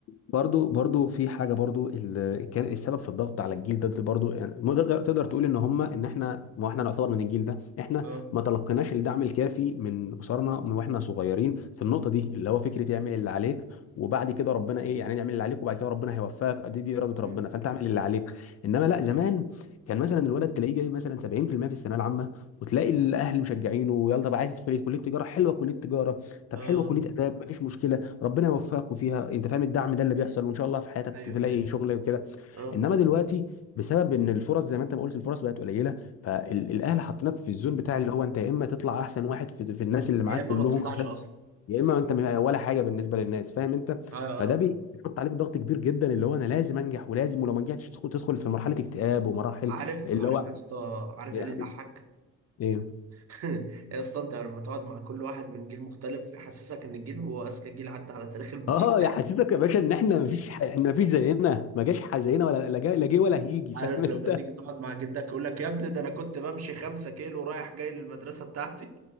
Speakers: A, on the left; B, on the right.
A: برضو برضو في حاجه برضو اللي كان السبب في الضغط على الجيل ده ده برضو يعني ما تقدر تقدر تقول ان هم ان احنا ما احنا نعتبر من الجيل ده احنا
B: اه
A: ما تلقيناش الدعم الكافي من اسرنا من واحنا صغيرين في النقطه دي اللي هو فكره اعمل اللي عليك وبعد كده ربنا ايه يعني اعمل اللي عليك وبعد كده ربنا هيوفقك دي دي اراده
B: مم.
A: ربنا فانت اعمل اللي عليك انما لا زمان كان مثلا الولد تلاقيه جاي مثلا 70% في المية في الثانويه العامه وتلاقي الاهل مشجعينه يلا طب عايز تدخل إيه؟ كليه تجاره حلوه كليه تجاره طب
B: اه
A: حلوه كليه اداب مفيش مشكله ربنا يوفقك فيها انت فاهم الدعم ده اللي بيحصل وان شاء الله في حياتك
B: ايوه
A: تلاقي
B: ايوه
A: شغل وكده
B: اه
A: انما دلوقتي بسبب ان الفرص زي ما انت ما قلت الفرص بقت قليله فالاهل حاطينك في الزون بتاع اللي هو انت يا اما تطلع احسن واحد في, في الناس اللي معاك
B: يا اما
A: كلهم
B: ما تطلعش
A: عشان
B: اصلا
A: يا اما انت م- ولا حاجه بالنسبه للناس فاهم انت
B: اه اه
A: فده بي- بيحط عليك ضغط كبير جدا اللي هو انا لازم انجح ولازم ولو ما نجحتش تدخل تدخل في مرحله اكتئاب ومراحل
B: عارف
A: اللي
B: عارف
A: هو
B: يا اسطى عارف
A: ايه
B: ايه
A: يا
B: اللي
A: حبيبي
B: يضحك
A: ايه
B: <laughs> يا اسطى انت لما تقعد مع كل واحد من جيل مختلف يحسسك ان الجيل هو اذكى جيل عدى على تاريخ البشر
A: اه يا حسيتك يا باشا ان احنا مفيش ح... احنا مفيش زينا ما جاش ح- زينا ولا لا جا- لا جه ولا هيجي
B: <laughs>
A: فاهم
B: عارف لما
A: انت
B: تيجي تقعد مع جدك يقول لك يا ابني ده انا كنت بمشي خمسة كيلو رايح جاي للمدرسه بتاعتي